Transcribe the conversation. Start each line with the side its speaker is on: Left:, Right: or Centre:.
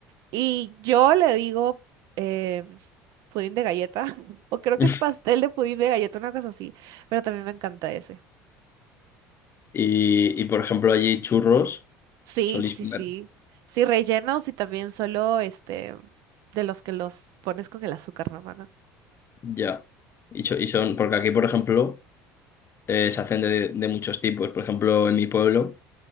Right: Y yo le digo eh, pudín de galleta, <laughs> o creo
Left: <laughs>
Right: que es pastel de pudín de galleta, una cosa así, pero también me encanta ese.
Left: Y, y, por ejemplo, allí churros
Right: Sí,
Left: solís
Right: sí,
Left: comer.
Right: sí. Sí, rellenos y también solo este de los que los pones con el azúcar, hermano.
Left: Ya. Y, cho- y son, porque aquí, por ejemplo, eh, se hacen de, de muchos tipos. Por ejemplo, en mi pueblo.